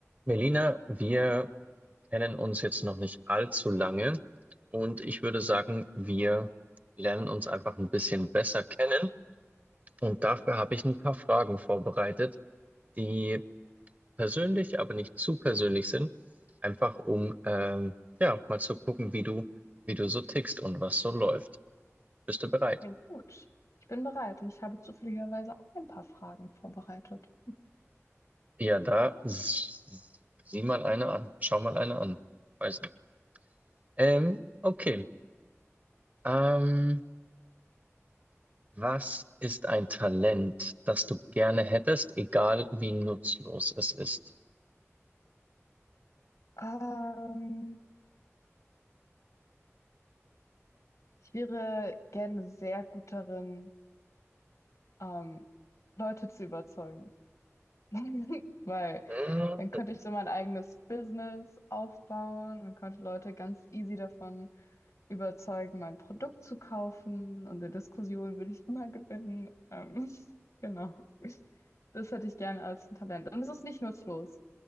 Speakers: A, on the right; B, on the left.
A: Melina, wir kennen uns jetzt noch nicht allzu lange und ich würde sagen, wir lernen uns einfach ein bisschen besser kennen. Und dafür habe ich ein paar Fragen vorbereitet, die persönlich, aber nicht zu persönlich sind, einfach um ähm, ja mal zu gucken, wie du, wie du so tickst und was so läuft. Bist du bereit?
B: Klingt gut. Ich bin bereit und ich habe zufälligerweise auch ein paar Fragen vorbereitet.
A: Ja, da s- sieh mal eine an, schau mal eine an. Weiß nicht. Ähm, okay. Ähm, Was ist ein Talent, das du gerne hättest, egal wie nutzlos es ist?
B: Ähm, ich wäre gerne sehr gut darin, ähm, Leute zu überzeugen, <laughs> weil
A: Hm,
B: dann könnte ich so mein eigenes Business aufbauen und könnte Leute ganz easy davon überzeugen, mein Produkt zu kaufen und in Diskussionen würde ich immer gewinnen. Ähm, <laughs> genau. Das hätte ich gerne als ein Talent. Und es ist nicht nutzlos.